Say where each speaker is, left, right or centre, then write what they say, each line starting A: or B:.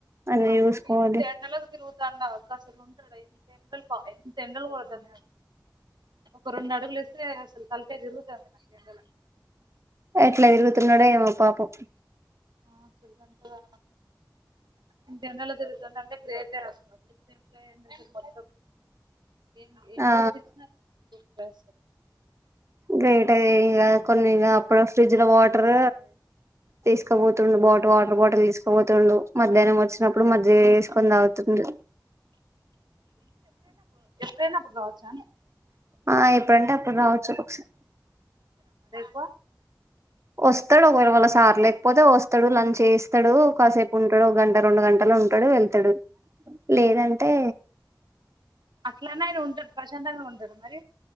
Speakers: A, on the right; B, on the right.
A: అన్ని
B: అమ్
A: చూసుకోవాలి
B: ఇంత ఎల ఇరు అసలు ఉంటాడు ఎమి ఎండలు ఎనిమి ఎండలు కొడతా అసలు ఒక రెండు అడుగులు వస్త అసలు తల్కాయ జరుగుతు అద నా కేందల
A: ఎట్లా ఇరుగుతు నోడ ఏమ పాప ప
B: ఆ సులుదంటగా ఇంకెన్నలో తిరుగుతు అంటే గ్రేటస్తంట్లో ఏ మొత్తం ఏ ఏ
A: ఆ
B: పస్తి బస్
A: గైట్ అయ ఇక కొన్ని అప్పుడు ఫ్రిడ్జ్ లో వాటర్ తీసుకోపోతుడు బాటిల్ వాటర్ బాటిల్ తీసుకోపోతుడు మధ్యాహ్నం వచ్చినప్పుడు మధ్య వేసుకొని అవుతుంది
B: ప్రేనాపుర్వచ్చా
A: ఆ ఇప్పుడుంటే అప్పుడు రావచ్చు ఒకసారి
B: కు
A: వస్తాడు ఒకవేళ వాళ్ళ సార్ లేకపోతే వస్తాడు లంచ్ చేస్తాడు కాసేపు ఉంటాడు ఒక గంట రెండు గంటలో ఉంటాడు వెళ్తాడు లేదంటే
B: అట్లనే ఆయన ఉంటాడు ప్రశాంతంగా ఉంటాడు మరి